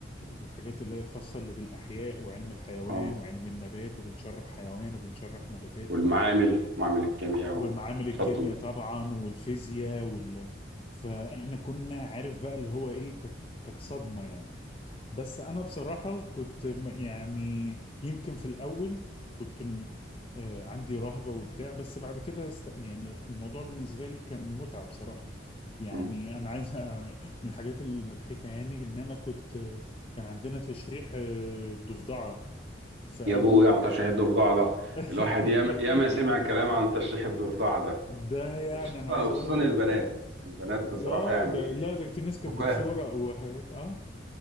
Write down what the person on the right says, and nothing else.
اه
والمعامل معامل الكيمياء
وتحطهم
مم.
يا
ابو يا على تشريح الضفدع ده
الواحد ياما ياما سمع كلام عن تشريح الضفدع ده
وخصوصا
وخصوصا
البنات البنات بصراحة
يعني
فكاهة